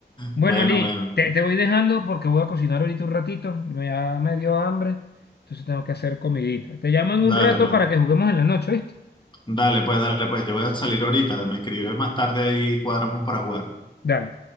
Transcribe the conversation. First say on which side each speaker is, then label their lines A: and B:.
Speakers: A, on the left (about 70°); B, on the left (about 25°).
A: Bueno,
B: Bueno,
A: Ali,
B: bueno.
A: te, te voy dejando porque voy a cocinar ahorita un ratito, me, ya me dio hambre, entonces tengo que hacer comidita. Te llamo en
B: Dale
A: un rato
B: pues.
A: para que juguemos en la noche, ¿viste?
B: Dale pues, dale pues. Yo voy a salir ahorita. Me escribes más tarde y cuadramos para jugar.
A: Dale.